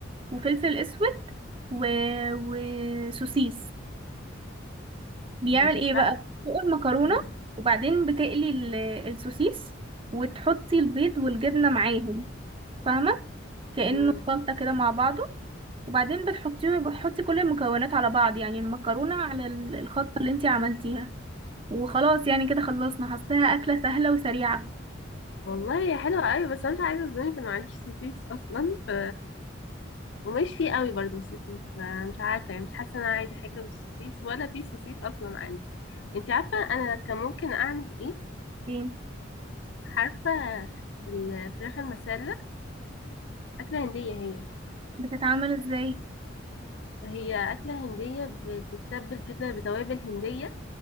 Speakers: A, on the right; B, on the left.
A: وفلفل أسود و... وسوسيس بيعمل
B: دي شكلها
A: ايه بقى بتسلق المكرونة
B: مم.
A: وبعدين بتقلي ال- السوسيس وتحطي البيض والجبنة معاهم فاهمة كأنه
B: مم.
A: خلطة كده مع بعضه وبعدين بتحطيه بتحطي كل المكونات على بعض يعني المكرونة على ال- الخلطة اللي انتي عملتيها وخلاص يعني كده خلصنا حاساها أكلة سهلة وسريعة
B: والله هي حلوة قوي بس انا مش عايزة اظلمك انا ما عنديش سوسيس اصلا ف ومش فيه قوي برضه سوسيس فمش عارفة يعني مش حاسة ان انا عايزة حاجة بالسوسيس ولا في سوسيس اصلا عندي انت عارفة انا كان ممكن اعمل ايه
A: ايه
B: عارفة الفراخ المسلة أكلة هندية هي
A: بتتعمل ازاي
B: هي أكلة هندية بتتبل كده بتوابل هندية